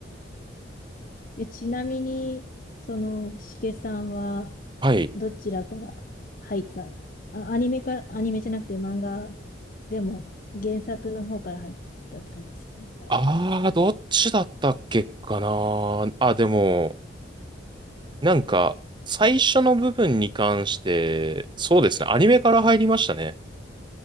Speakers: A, on the left (about 45°); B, on the right (about 25°).
A: でちなみに、その、しけさんは、
B: はい。
A: どちらから入ったあ、アニメか、アニメじゃなくて漫画でも、原作の方から入ったって感じですね。はい。
B: ああ、どっちだったっけかな。あ、でも、なんか、最初の部分に関して、そうですね。アニメから入りましたね。